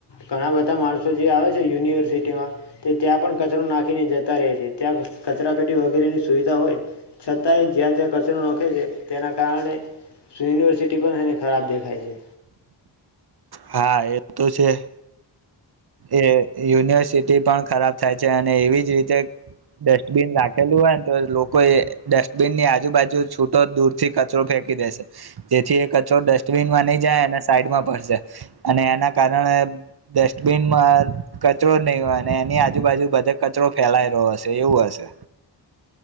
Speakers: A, on the left (about 65°); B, on the right (about 55°).
A: ઘણા બધા માણસો જે આવે છે યુનિવર્સિટીમાં તે ત્યાં પણ કચરો નાખીને જતા રહે છે ત્યાં કચરા પેટી વગેરેની સુવિધા હોય છતાંય જ્યાં ત્યાં કચરો નાખે છે તેના કારણે યુનિવર્સિટી પણ એને ખરાબ દેખાય છે
B: હા એ તો છે એ યુનિવર્સિટી પણ ખરાબ થાય છે અને એવી જ રીતે ડસ્ટબિન રાખેલું હોય ને તો લોકો એ ડસ્ટબિનની આજુબાજુ છૂટો દૂર થી કચરો ફેંકી દેશે જેથી એ કચરો ડસ્ટબિનમાં નહી જાય અને સાઈડમાં પડશે અને એના કારણે ડસ્ટબિનમાં કચરો જ નહી હોય અને એની આજુબાજુ બધે કચરો ફેલાય રહલો હશે એવું હશે